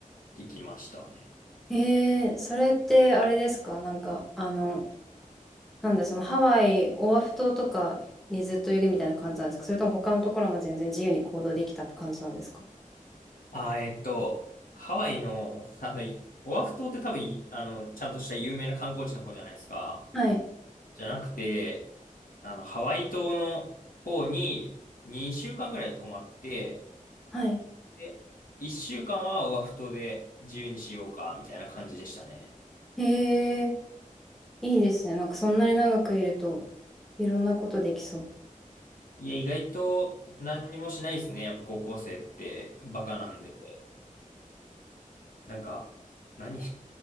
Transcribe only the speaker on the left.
行きましたね。
あー、えっと、ハワイの、あの、いオアフ島って多分い、あの、ちゃんとした有名な観光地の方じゃないですか。
じゃなくて、あの、ハワイ島の方に2週間ぐらい泊まって、
で、1週間はオアフ島で自由にしようか、みたいな感じでしたね。
いや、意外と何にもしないですね。やっぱ高校生ってバカなんで。なんか、何 <laughs>